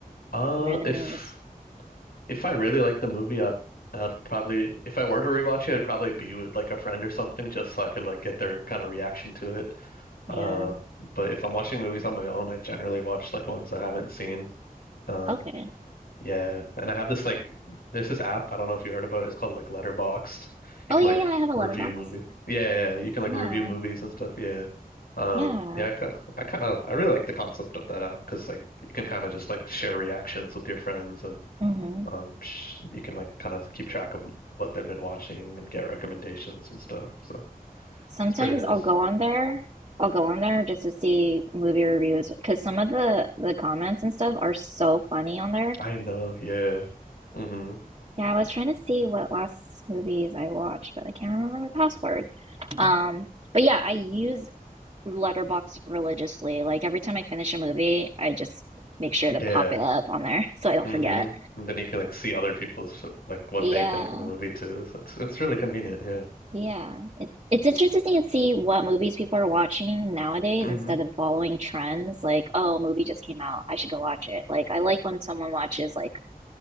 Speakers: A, on the left (about 75°); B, on the right (about 35°).
A: Uh,
B: randomly
A: if
B: just
A: if I really like the movie, I'd I'd probably if I were to rewatch it, it'd probably be with like a friend or something, just so I could like get their kind of reaction to it. Uh,
B: yeah?
A: but if I'm watching movies on my own, I generally watch like ones I haven't seen. Uh,
B: Okay.
A: Yeah, and I have this like there's this app, I don't know if you heard about it. It's called like Letterboxd. You
B: Oh
A: can
B: yeah,
A: like
B: yeah. I have a
A: review
B: letterbox.
A: movie. Yeah, yeah, yeah, you can like
B: Yeah.
A: review movies and stuff. Yeah. Um,
B: Yeah.
A: yeah, I, ki- I kind of I really like the concept of that app because like you can kind of just like share reactions with your friends and
B: hmm
A: um sh you can like kind of keep track of what they've been watching and get recommendations and stuff. So,
B: Sometimes
A: it's pretty nice.
B: I'll go on there. I'll go on there just to see movie reviews because some of the the comments and stuff are so funny on there.
A: I know, yeah. hmm
B: Yeah, I was trying to see what last movies I watched, but I can't remember my password. Um, but yeah, I use Letterboxd religiously. Like every time I finish a movie, I just make sure to
A: Yeah.
B: pop it up on there <laughs> so I don't
A: Mm-hmm.
B: forget.
A: And then you can like see other people's like what
B: Yeah.
A: they think of the movie too. So it's it's really convenient, yeah.
B: Yeah, it's it's interesting to see what movies people are watching nowadays
A: hmm
B: instead of following trends. Like, oh, a movie just came out, I should go watch it. Like, I like when someone watches like